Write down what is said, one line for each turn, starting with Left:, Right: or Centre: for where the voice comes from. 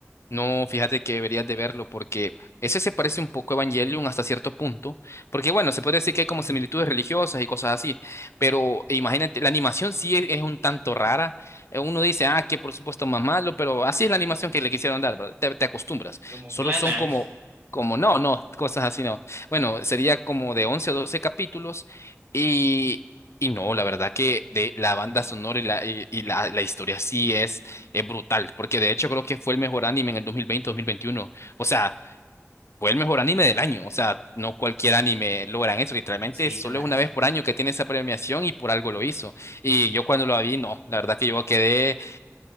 Left: No, fíjate que deberías de verlo porque ese se parece un poco a Evangelion hasta cierto punto, porque bueno, se puede decir que hay como similitudes religiosas y cosas así, pero imagínate, la animación sí es, es un tanto rara. Eh, Uno dice, ah, que por supuesto más malo, pero así es la animación que le quisieron dar, ¿verdad? Te, te acostumbras.
Right: Como
Left: Solo
Right: Clana.
Left: son como, como, no, no, cosas así no. Bueno, sería como de 11 o 12 capítulos y... Y no, la verdad que de la banda sonora y la, y, y la, la historia sí es es brutal, porque de hecho creo que fue el mejor anime en el 2020-2021. O sea, fue el mejor anime del año. O sea, no cualquier anime logran eso. Literalmente
Right: Sí,
Left: solo
Right: tienes
Left: es una
Right: razón.
Left: vez por año que tiene esa premiación y por algo lo hizo. Y yo cuando lo vi, no, la verdad que yo quedé,